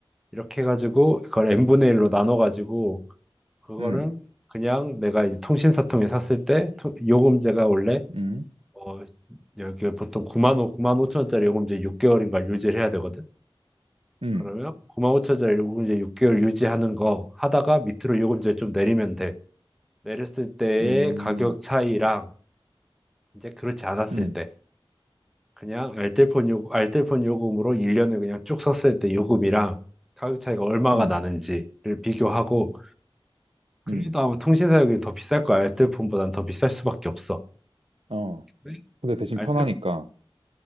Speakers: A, in the centre; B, on the right.
A: 이렇게 해가지고 그걸 n분의 1로 나눠가지고 그거를
B: 음,
A: 그냥 내가 이제 통신사 통해 샀을 때 토- 요금제가 원래
B: 음,
A: 어 여기 보통 9만 원, 9만 5천 원짜리 요금제 6개월인가 유지를 해야 되거든.
B: 음,
A: 그러면 9만 5천 원짜리 요금제 6개월 유지하는 거 하다가 밑으로 요금제 좀 내리면 돼. 내렸을 때의
B: 음,
A: 가격 차이랑 이제 그렇지 않았을
B: 음,
A: 때 그냥 알뜰폰 요금, 알뜰폰 요금으로 1년을 그냥 쭉 썼을 때 요금이랑 가격 차이가 얼마가
B: 음,
A: 나는지를 비교하고 그래도
B: 음,
A: 아마 통신사 요금이 더 비쌀 거야. 알뜰폰보단 더 비쌀 수밖에 없어.
B: 어.
A: 근데
B: 근데 대신
A: 알뜰
B: 편하니까.